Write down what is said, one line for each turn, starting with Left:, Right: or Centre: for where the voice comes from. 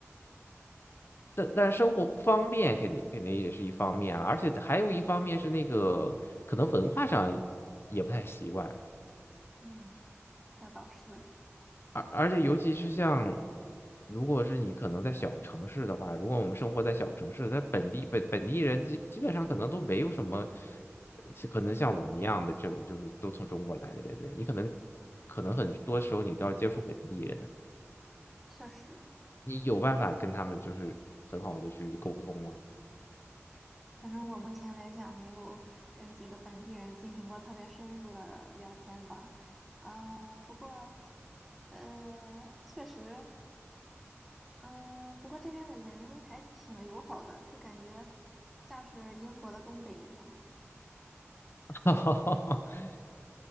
Left: 但但生活不方便，肯定肯定也是一方面啊，而且还有一方面是那个可能文化上也不太习惯，
Centre: 嗯，这倒是，
Left: 而而且尤其是像如果是你可能在小城市的话，如果我们生活在小城市，那本地本本地人基基本上可能都没有什么，呃可能像我们一样的这种就是都从中国来的人呢，你可能可能很多时候你都要接触本地人呢，
Centre: 确实。
Left: 你有办法跟他们就是很好的去沟通吗？
Centre: 反正我目前来讲，没有跟几个本地人进行过特别深入的聊天吧。啊、不过，呃，确实，嗯、不过这边的人还挺友好的，就感觉像是英国的东北一样。
Left: <laughs>